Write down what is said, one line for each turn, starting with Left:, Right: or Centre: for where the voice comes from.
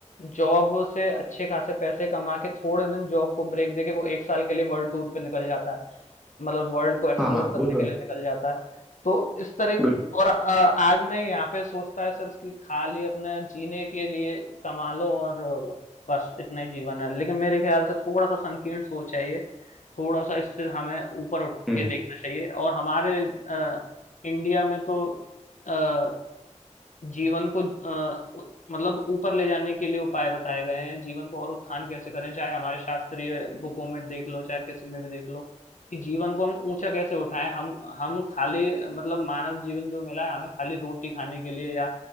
Left: जॉब से अच्छे खासे पैसे कमा के थोड़े दिन जॉब को ब्रेक दे के वो एक साल के लिए वर्ल्ड टूर पे निकल जाता है मतलब वर्ल्ड को एक्सप्लोर
Centre: हाँ हाँ
Left: करने
Centre: वो तो
Left: के लिए
Centre: है
Left: निकल जाता है तो इस तरह
Centre: बिल्कुल
Left: और अ, आज मैं यहाँ पे सोचता है सिर्फ कि खाली अपने जीने के लिए कमा लो और अ, बस इतना ही जीवन है लेकिन मेरे ख्याल से थोड़ा सा संकीर्ण सोच है ये थोड़ा सा इससे हमें ऊपर उठ
Centre: हम्म
Left: के देखना चाहिए और हमारे अ, इंडिया में तो अ, जीवन को अ, उ मतलब ऊपर ले जाने के लिए उपाय बताए गए हैं, जीवन को और उत्थान कैसे करें, चाहे हमारे शास्त्रीय बुकों में देख लो, चाहे किसी में भी देख लो, कि जीवन को हम ऊँचा कैसे उठाएँ। हम हम खाली मतलब मानव जीवन जो मिला है, हमें खाली रोटी खाने के लिए या